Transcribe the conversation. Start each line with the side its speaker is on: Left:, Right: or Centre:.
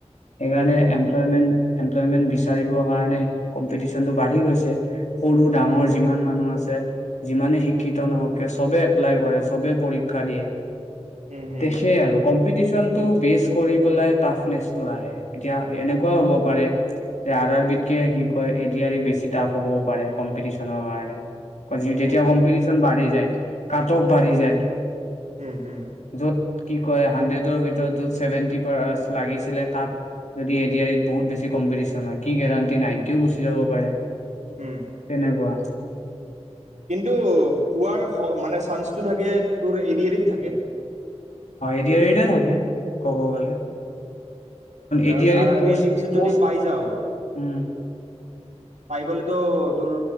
Left: সেইকাৰণে
Right: তাকেইতো
Left: এমপ্লয়মেণ্ট
Right: অ
Left: এমপ্লয়মেন্ট বিচাৰিবৰ কাৰণে কম্পিটিচনটো বাঢ়ি গৈছে সৰু ডাঙৰ
Right: উম
Left: যিমান মানুহ আছে তে যিমানে শিক্ষিত নহওক কিয় সবে এপ্লাই কৰে সবে পৰীক্ষা দিয়ে।
Right: উম হম
Left: সেয়ে আৰু কম্পিটিশন কম্পিটিছন টো বেচ কৰি পেলাই টাফনেচটো আহে এতিয়া এনেকুৱাও হ'ব পাৰে যে আৰ আৰ বিতকে কি কয় এ দি আৰ ই বেছি টাফ হবও পাৰে কম্পিটিশনৰ কাৰণে তেতিয়া
Right: উম
Left: কম্পিটিশ্যন বাঢ়ি যায়। কাট অফ বাঢ়ি যায়।
Right: হম হম
Left: য'ত কি কয় হাণ্ড্ৰেডৰ ভিতৰত য'ত চছেভেণ্টি পাৰ লাগিছিলে তাত যদি এ দি আৰ ইত বহুত বেছি কম্পিটিশন হয় কি গেৰাণ্টি নাইনটিও গুচি যাব পাৰে
Right: উম
Left: তেনে কোৱা
Right: কিন্তু পুৱাৰ স মানে চান্সটো থাকে তোৰ এ দি আৰ ইত থাকে।
Left: এ দি আৰ ইতে থাকে কব গ'লে
Right: কাৰণ
Left: এডিআৰিত
Right: R আৰ
Left: post
Right: B N T P চিত
Left: পষ্ট
Right: যদি পাই যাও
Left: উম
Right: পাই গ'লেতো তোৰ